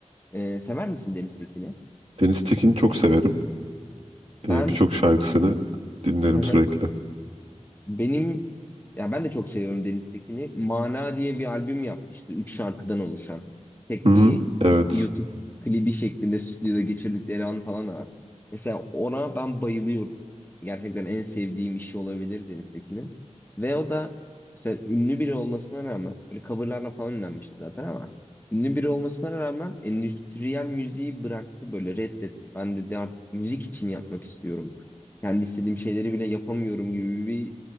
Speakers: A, on the left; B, on the right.
A: e, sever misin Deniz Tekin'i?
B: Deniz Tekin'i çok severim.
A: Ben,
B: E, birçok şarkısını
A: e,
B: dinlerim
A: <laughs>
B: sürekli.
A: Benim ya ben de çok seviyorum Deniz Tekin'i. Mana diye bir albüm yapmıştı. Üç şarkıdan oluşan. Tek
B: Hı hı,
A: bir
B: evet.
A: YouTube klibi şeklinde stüdyoda geçirdikleri an falan da var. Mesela ona ben bayılıyorum. Gerçekten en sevdiğim işi olabilir Deniz Tekin'in. Ve o da mesela ünlü biri olmasına rağmen böyle coverlarla falan ünlenmişti zaten ama ünlü biri olmasına rağmen endüstriyel müziği bıraktı böyle reddetti. Ben dedi artık müzik için yapmak istiyorum kendi istediğim şeyleri bile yapamıyorum gibi